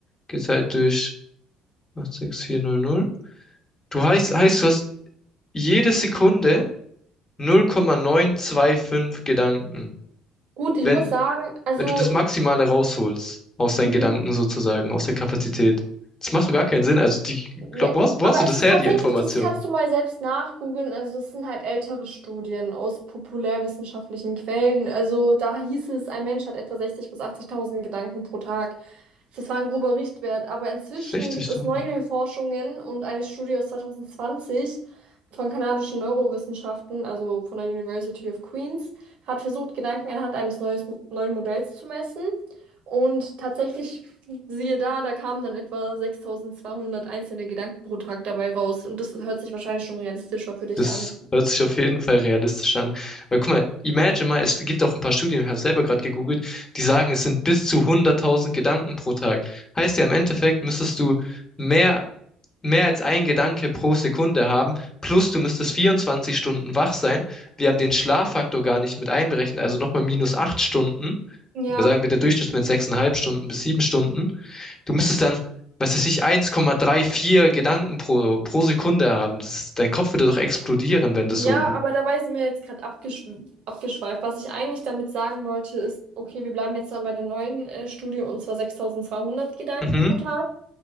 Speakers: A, on the left (about 25°); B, on the right (about 60°).
A: geteilt durch achtundsechzigtausendvierhundert. Du heißt, heißt, du hast jede Sekunde 0,925 Gedanken.
B: Gut, ich
A: Wenn
B: muss sagen, also.
A: wenn du das Maximale rausholst, aus deinen
B: Mhm.
A: Gedanken sozusagen, aus der Kapazität. Das macht doch gar keinen Sinn. Also, die, ich glaub,
B: Ja,
A: wo hast, wo
B: aber
A: hast du das
B: es ist
A: her,
B: tatsächlich,
A: die Information?
B: das kannst du mal selbst nachgoogeln. Also, es sind halt ältere Studien aus populärwissenschaftlichen Quellen. Also, da hieß es, ein Mensch hat etwa 60.000 bis 80.000 Gedanken pro Tag. Das war ein grober Richtwert. Aber inzwischen
A: 60
B: gibt es
A: Tonnen.
B: neue Forschungen und eine Studie aus 2020 von kanadischen Neurowissenschaften, also von der University of Queens, hat versucht, Gedanken anhand eines neues, neuen Modells zu messen. Und tatsächlich Siehe da, da kamen dann etwa 6200 einzelne Gedanken pro Tag dabei raus. Und das hört sich wahrscheinlich schon realistischer für dich
A: Das
B: an.
A: hört sich auf jeden Fall realistisch an. Weil guck mal, imagine mal, es gibt auch ein paar Studien, ich habe selber gerade gegoogelt, die sagen, es sind bis zu 100.000 Gedanken pro Tag. Heißt ja, im Endeffekt müsstest du mehr mehr als ein Gedanke pro Sekunde haben, plus du müsstest 24 Stunden wach sein. Wir haben den Schlaffaktor gar nicht mit einberechnet, also nochmal minus 8 Stunden.
B: Ja,
A: Wir sagen bitte Durchschnittswert 6,5 Stunden bis 7 Stunden. Du müsstest dann, was weiß ich, 1,34 Gedanken pro, pro Sekunde haben. Das ist, dein Kopf würde doch explodieren, wenn das
B: ja,
A: so gut.
B: aber dabei sind wir jetzt gerade abgesch abgeschweift. Was ich eigentlich damit sagen wollte, ist, okay, wir bleiben jetzt dann bei der neuen äh, Studie und zwar 6200 Gedanken
A: Mhm,
B: pro Tag.